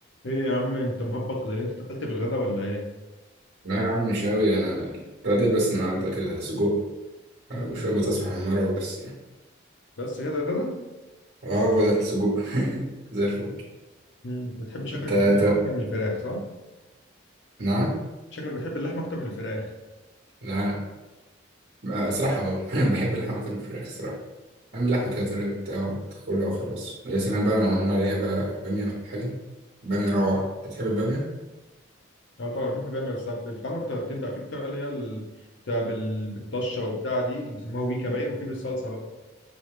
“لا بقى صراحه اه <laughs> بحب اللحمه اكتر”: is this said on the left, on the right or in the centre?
Right